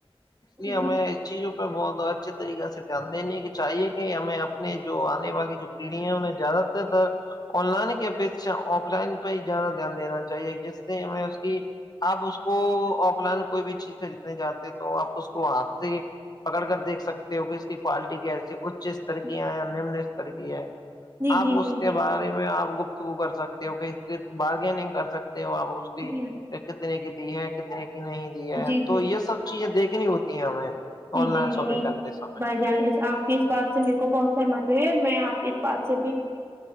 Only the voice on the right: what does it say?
جی
جی
جی
جی
جی
جی
جی جی
جی
جی
جی
جی
بھائی جان آپ کی اس بات سے میرے کو بہت سہمت ہوئے ہے میں آپ اسس پاس سے بھی